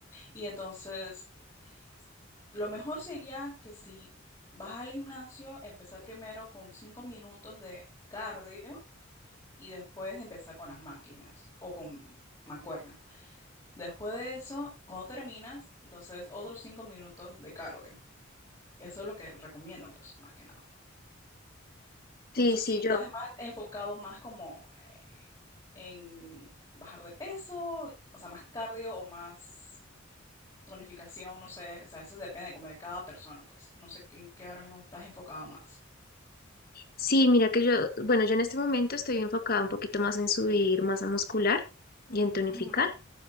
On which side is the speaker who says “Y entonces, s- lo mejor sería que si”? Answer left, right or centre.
Left